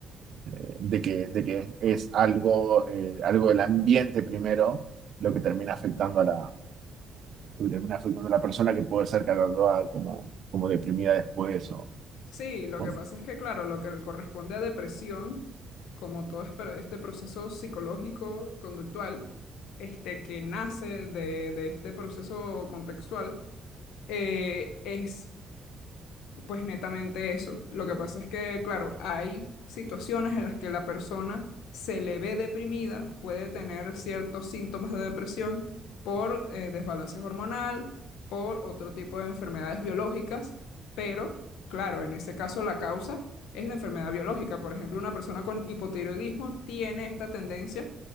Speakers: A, on the right (about 60°); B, on the left (about 85°).
A: eh, de que, de que es algo, eh, algo del ambiente primero lo que termina afectando a la, lo que termina afectando a la persona que puede ser catalogada como, como deprimida después o,
B: Sí, lo
A: o-
B: que pasa es que, claro, lo que le corresponde a depresión, como todo es- pero este proceso psicológico conductual, este que nace de, de este proceso contextual, eh, es pues netamente eso. Lo que pasa es que, claro, hay situaciones en las que la persona se le ve deprimida, puede tener ciertos síntomas de depresión por eh, desbalance hormonal, por otro tipo de enfermedades biológicas, pero, claro, en ese caso la causa es la enfermedad biológica. Por ejemplo, una persona con hipotiroidismo tiene esta tendencia